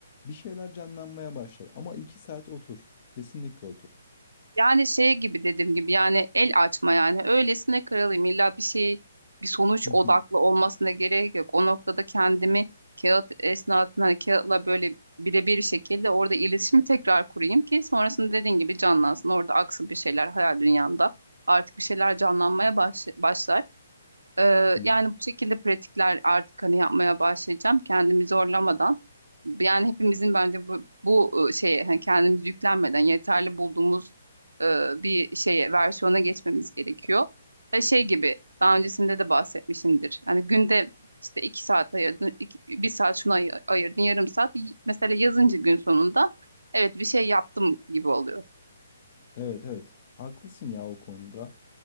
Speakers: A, on the left; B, on the right.
A: Bir şeyler canlanmaya başlar. Ama 2 saat otur. Kesinlikle otur.
B: Yani şey gibi dediğim gibi yani el açma yani öylesine kırılayım illa bir şey bir sonuç
A: Hı
B: odaklı
A: hı
B: olmasına gerek yok. O noktada kendimi kağıt esnasında hani kağıtla böyle birebir şekilde orada iletişimi tekrar kurayım ki sonrasında dediğin gibi canlansın. Orada aksın bir şeyler hayal dünyamda artık bir şeyler canlanmaya baş- başlar. Ee,
A: hı.
B: yani bu şekilde pratikler artık hani yapmaya başlayacağım kendimi zorlamadan. Yani hepimizin bence bu, bu e, şeye hani kendimizi yüklenmeden yeterli bulduğumuz e, bir şeye versiyona geçmemiz gerekiyor. Ve şey gibi daha öncesinde de bahsetmişimdir. Yani günde işte iki saat ayırdın, iki, bir saat şuna ay- ayırdın, yarım saat. Y- Mesela yazınca gün sonunda evet bir şey yaptım gibi oluyor.
A: Evet evet. Haklısın ya o konuda.